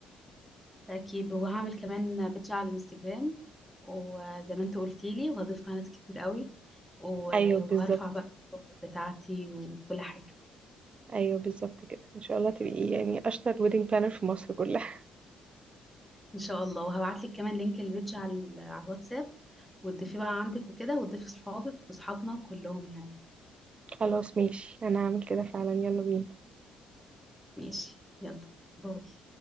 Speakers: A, in the centre; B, on the right.
A: ده اكيد وهعمل كمان بيدج على الانستجرام وزي ما انت قلتي لي وهضيفها ناس كتير قوي و...
B: ايوه بالظبط
A: وهرفع بقى الصور بتاعتي وكل حاجه
B: ايوه بالظبط كده ان شاء الله تبقي يعني اشطر ويدنج بلانر في مصر كلها
A: ان شاء الله وهبعت لك كمان لينك البيج على ال- على الواتساب وتضيفيه بقى عندك وكده وتضيفي صحابك وصحابنا كلهم يعني
B: <laughs> خلاص ماشي انا هعمل كده فعلا يلا بينا
A: ماشي يلا باي